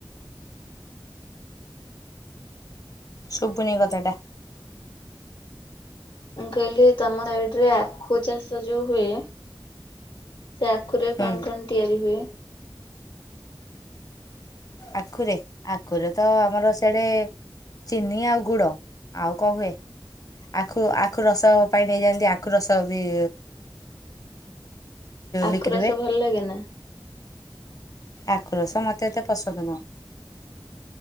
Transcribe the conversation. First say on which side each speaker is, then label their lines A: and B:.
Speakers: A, on the left; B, on the left.
A: ଶୁବୁନେଇ କଥାଟା?
B: ମୁଁ କହିଲି ତମ ସାଇଡ଼ିରେ ଆଖୁ ଚାଷ ଯୋଉ ହୁଏ ସେଆଖୁରେ କଣ
A: ହୁଁ
B: କଣ ତିଆରି ହୁଏ?
A: ଆଖୁରେ, ଆଖୁରେତ ଆମର ସିଆଡ଼େ ଚିନି ଆଉ ଗୁଡ଼ ଆଉ କଣହୁଏ? ଆଖୁ, ଆଖୁରସ ପାଇଁ ନେଇଯାଆନ୍ତି ଆଖୁ ରସବି
B: ଆଖୁ
A: ବିକ୍ରି
B: ରସ
A: ହୁଏ
B: ଭଲ ଲାଗେନା?
A: ଆଖୁରସ ମତେ ଏତେ ପସନ୍ଦ ନୁହଁ।